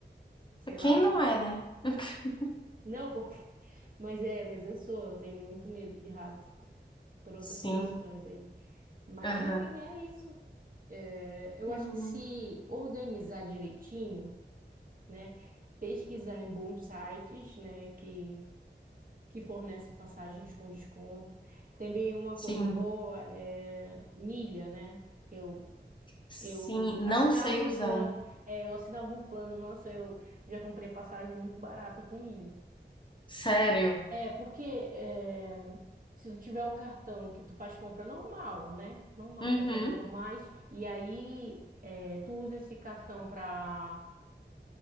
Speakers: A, on the right; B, on the left.
A: Sei lá.
B: Quem não é, né? <laughs>
A: Não, porque. <laughs> Mas é, mas eu sou, eu tenho muito medo de rato por outras
B: Sim.
A: questões aí. Mas
B: Aham.
A: enfim, é isso. É, eu
B: Hum,
A: acho que se organizar direitinho, né? Pesquisar em bons sites, né? Que, que fornecem passagens com desconto. Também uma
B: Sim.
A: coisa boa é milha, né? Eu,
B: Sim.
A: eu
B: Não
A: assinava
B: sei
A: um
B: usar.
A: plano. É, eu assinava um plano. Nossa, eu já comprei passagem muito barata com milha.
B: Sério.
A: É, porque é, se tu tiver o cartão que tu faz compra normal, né? Normal,
B: Uhum.
A: compras normais, e aí é, tu usa esse cartão para